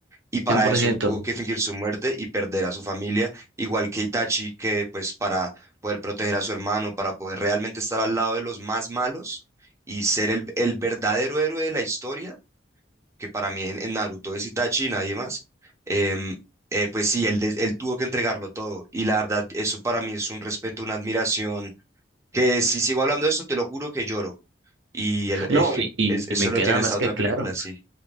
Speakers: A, on the right; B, on the right.
A: y para
B: 100%.
A: eso él tuvo que fingir su muerte y perder a su familia, igual que Itachi, que pues para poder proteger a su hermano, para poder realmente estar al lado de los más malos y ser el, el verdadero héroe de la historia, que para mí en, en Naruto es Itachi y nadie más, em, eh, pues sí, él, des- él tuvo que entregarlo todo y la verdad, eso para mí es un respeto, una admiración, que si sigo hablando de esto, te lo juro que lloro y el- <laughs>
B: No,
A: eh,
B: y, y-
A: es-
B: y
A: eso
B: me queda
A: lo tiene
B: más
A: esta otra
B: que claro.
A: película, sí,